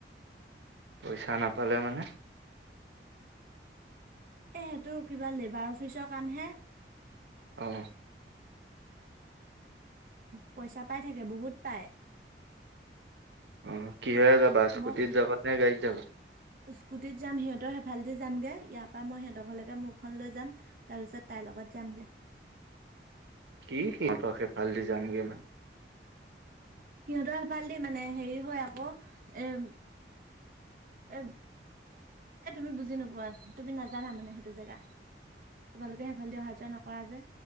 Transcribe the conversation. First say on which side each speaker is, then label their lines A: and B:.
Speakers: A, on the right; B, on the right.
A: পইচা নাপালে মানে?
B: এ সেইটো কিবা লেবাৰ অফিচৰ কামহে।
A: অ',
B: পইচা পাই থাকে বহুত পায়।
A: অ', কি হয় যাবা স্কুটিত
B: মই
A: যাবা নে গাড়ীত যাবা?
B: স্কুটিত যাম, সিহঁতৰ সেফালেদি যামগে ইয়াৰ পৰা মই সিহঁতৰলৈকে মোৰখন লৈ যাম, তাৰ পিছত তাইৰ লগত। কত যামগে।
A: কি মত সেইফালে দি যামগে মানে।
B: সিহঁতৰ এফাল দি মানে হেৰি হয় আকৌ এম এ এ তুমি বুজি নোপোৱা তুমি নাজানা মানে সেইটো জেগা। তোমালোকে হেফাল দি অহা যোৱা নকৰা যে,